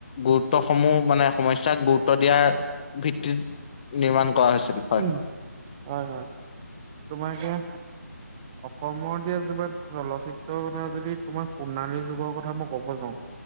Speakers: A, on the left (about 30°); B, on the right (about 20°).
A: গুৰুত্বসমূহ মানে, সমস্যাক গুৰুত্ব দিয়াৰ ভিত্তিত নিৰ্মাণ কৰা হৈছিল। হয়
B: উম, হয়, হয় তোমাৰ সেয়া। অসমৰ এতিয়া তোমাৰ চলচিত্ৰৰ কথা যদি তোমাৰ সোণালী যুগৰ কথা মই ক'ব যাওঁ